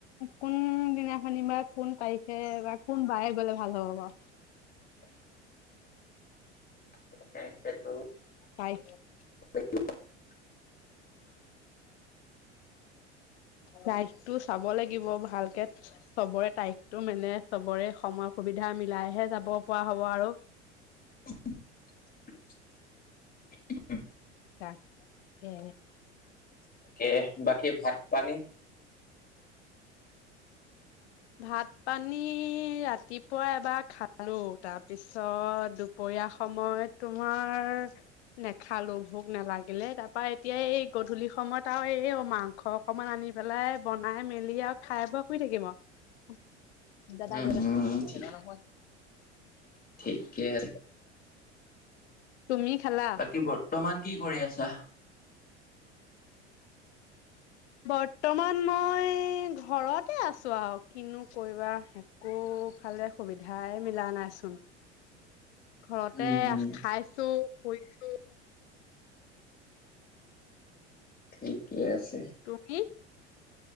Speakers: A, on the left; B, on the left.
A: কোন দিনাখন বা কোন তাৰিখে বা কোনবাৰে গ'লে ভাল হ'ব বাৰু
B: উ তাকে সেইটো
A: তাৰিখতো
B: <unintelligible>
A: তাৰিখটো চাব লাগিব ভালকে চবৰে তাৰিখটো মানে চবৰে সময় সুবিধা মিলাইহে যাব পৰা হব আৰু
B: <unintelligible>
A: তাকে
B: তাকে বাকী ভাত পানী?
A: ভাত পানী ৰাতিপুৱা এবাৰ খালো। তাৰপিছত দুপৰীয়া সময়ত তোমাৰ নেখালো ভোক নেলাগিলে। তাৰপৰা এতিয়া এই গধূলি সময়ত আৰু এই অ মাংস অকমান আনি পেলাই বনাই মেলি আৰু খাই ব শুই থাকিম আও। অ <inaudible> দাদা
B: উম
A: দাদা
B: উম
A: তোৰ
B: ঠিক
A: দাদা নহয়
B: ঠিকে আছে
A: তুমি খালা?
B: বাকী বৰ্তমান কি কৰি আছা?
A: বৰ্তমান মই ঘৰতে আছো আৰু কিনো কৰিবা একোফালে সুবিধাই মিলা নাইচোন। ঘৰতে
B: উম হম
A: খাইছো। শুইছো।
B: ঠিকেই আছে।
A: তুমি?